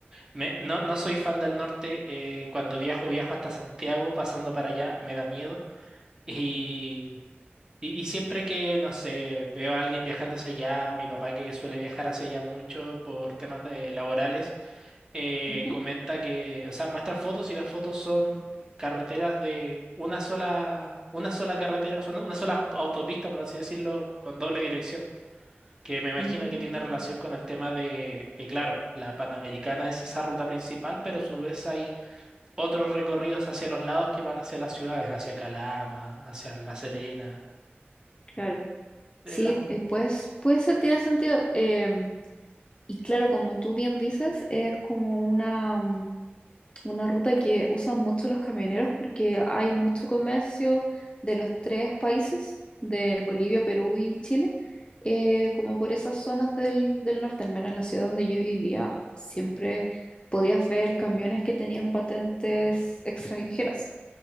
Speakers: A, on the right; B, on the left.
A: Me- no, no soy fan del norte. eh, cuando viajo, viajo hasta Santiago, pasando para allá, me da miedo. Y, y, y siempre que, no sé, veo a alguien viajando hacia allá, mi papá que suele viajar hacia allá mucho por temas de laborales, eh,
B: Ujú.
A: comenta que, o sea, muestra fotos y las fotos son carreteras de una sola, una sola carretera, son una sola aut- autopista, por así decirlo, con doble dirección que me imagino
B: Mm,
A: que tiene relación con el tema de que, claro, la Panamericana es esa ruta principal, pero a su vez hay otros recorridos hacia los lados que van hacia las ciudades, hacia Calama, hacia La Serena.
B: claro. Sí,
A: Eh, las un-
B: eh, pues, puede ser, tiene sentido. Em, y claro, como tú bien dices, es como una, mm, una ruta que usan mucho los camioneros porque hay mucho comercio de los tres países, de Bolivia, Perú y Chile, eh, como por esas zonas del, del norte, al menos en la ciudad donde yo vivía, siempre podías ver camiones que tenían patentes extranjeras.